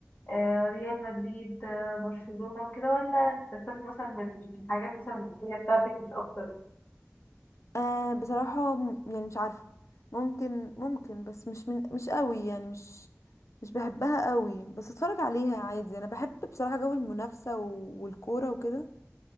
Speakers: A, on the left; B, on the left.
A: آه، ريال مدريد آه، برشلونة وكده ولا بتكتفي مثلا بالحاجات مثلا المصرية بتاعتك مش أكتر
B: آه بصراحة م- يعني مش عارفة ممكن ممكن بس مش من مش قوي يعني مش مش بحبها قوي بس اتفرج عليها عادي انا بحب بصراحة جو المنافسة و- والكورة وكده